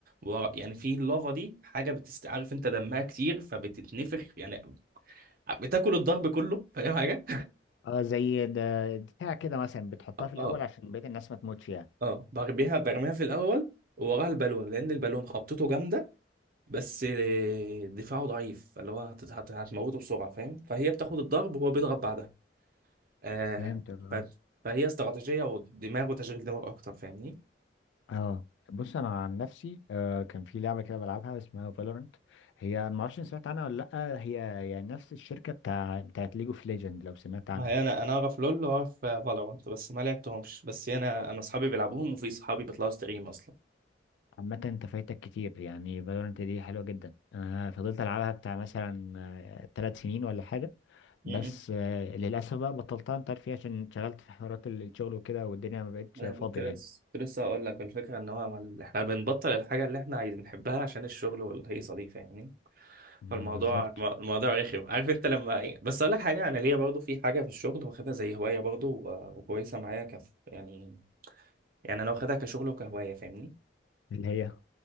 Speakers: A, on the right; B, on the left.
A: و... يعني في اللافا دي حاجه بتست... عارف انت دمها كتير فبتتنفخ يعني بتاكل الضرب كله فاهم حاجه
B: اه زي ده بتاع كده مثلا بتحطها
A: اه
B: في الاول
A: اه
B: عشان بقية الناس ما تموتش يعني
A: اه برميها برميها في الاول ووراها البالون لان البالون خبطته جامده بس آه، دفاعه ضعيف اللي هو هت- هت- هتموته بسرعه فاهم فهي بتاخد الضرب وهو بيضرب بعدها آه
B: فهمتك اه
A: ف... فهي استراتيجية ودماغ وتشغيل دماغ أكتر فاهمني
B: اه بص انا عن نفسي آه كان في لعبه كده بلعبها اسمها فالورنت هي أنا ما اعرفش إن سمعت عنها ولا لا هي يعني نفس الشركه بتاع بتاعت ليج اوف ليجند لو سمعت عنها
A: ما هي انا انا اعرف لول واعرف فالورانت بس ما لعبتهمش بس انا أنا أصحابي بيلعبوهم وفي صحابي بيطلعوا ستريم أصلا
B: عامه انت فايتك كتير يعني فالورنت دي حلوه جدا انا فضلت العبها بتاع مثلا ثلاث سنين ولا حاجه
A: م-
B: بس
A: م.
B: آه للاسف بقى بطلتها انت عارف فيها عشان انشغلت في حوارات الشغل وكده والدنيا ما بقتش
A: أنا
B: فاضيه
A: كنت لسه
B: يعني
A: كنت لسه أقول لك الفكرة إن هو ما- إحنا بنبطل الحاجة اللي إحنا عايزين بنحبها عشان الشغل والهيصة دي فاهمني
B: م-
A: فالموضوع
B: بالظبط
A: الم- الموضوع رخم عارف أنت لما إيه، بس أقول لك حاجة أنا ليا برضو في حاجة في الشغل واخدها زي هواية برضو و- وكويسة معايا كف يعني يعني أنا واخدها كشغل وكهواية فاهمني
B: اللي هي